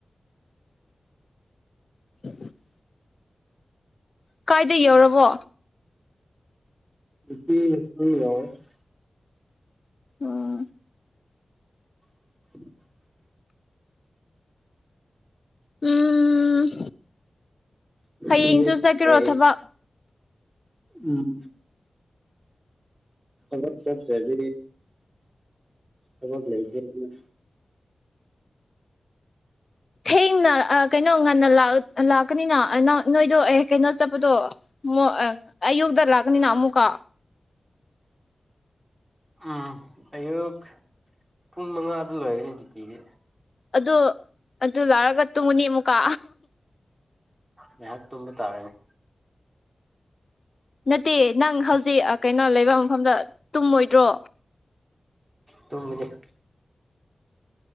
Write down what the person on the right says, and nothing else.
<unintelligible>
<inaudible>
ꯅꯨꯄꯤꯁꯦ
ꯀꯩ
ꯎꯝ ꯊꯕꯛ ꯆꯠꯇ꯭ꯔꯗꯤ ꯊꯕꯛ ꯂꯩꯇ꯭ꯔꯦ <unintelligible>
ꯎꯝ ꯑꯌꯨꯛ ꯄꯨꯡ ꯃꯉꯥꯗ ꯂꯣꯏꯔꯒꯅꯤ ꯗ꯭ꯌꯨꯇꯤꯗꯤ
ꯉꯥꯏꯍꯥꯛ ꯇꯨꯝꯕ ꯇꯥꯦꯔ‌ꯦꯅ‌ꯦ
ꯇꯅꯤ <unintelligible>